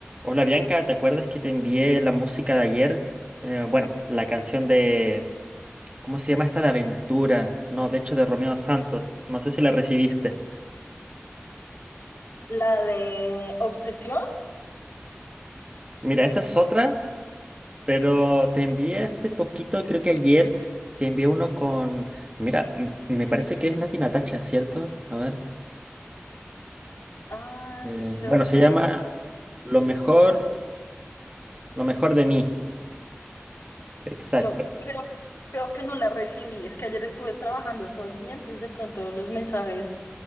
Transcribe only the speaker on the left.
La de Obsesión.
Ay,
creo
que
lo creo, creo que no la recibí. Es que ayer estuve trabajando todo el día, entonces de pronto los mensajes